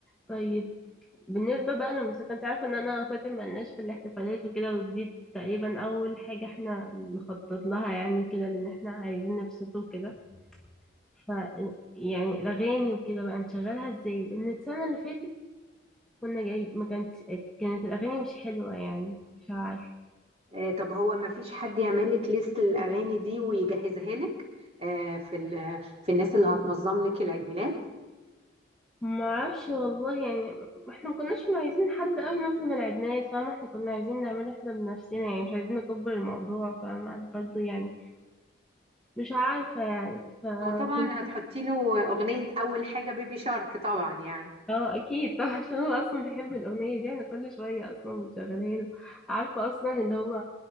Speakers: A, in the centre; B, on the right (about 30°).
A: طيب بالنسبة بقى للموسيقى انت عارفة ان انا اخواتي ملناش في الاحتفالات وكده ودي تقريبا اول حاجة احنا نخطط لها يعني كده لان احنا عايزين نبسطه وكده ف يعني الاغاني وكده بقى نشغلها ازاي لان السنة اللي فاتت كنا جاي ما كانت كانت الاغاني مش حلوة يعني مش عارفة
B: آه، طب هو ما فيش حد يعمل لك ليست الاغاني دي ويجهزها لك آه، في ال- في الناس اللي هتنظم لك العيد ميلاد
A: ما اعرفش والله يعني احنا ما كناش عايزين حد قوي ينظم العيدميلاد فاهمة احنا كنا عايزين نعمله احنا بنفسنا يعني مش عايزين نكبر الموضوع فاهمة برضه يعني مش عارفة يعني فكنت
B: هو طبعا هتحطي له اغنيه اول حاجه بيبي شارك طبعا يعني
A: اه اكيد طبعا <laughs> عشان انا اصلا بحب الاغنيه دي انا كل شويه اصلا بشغلها له عارفه اصلا اللي هو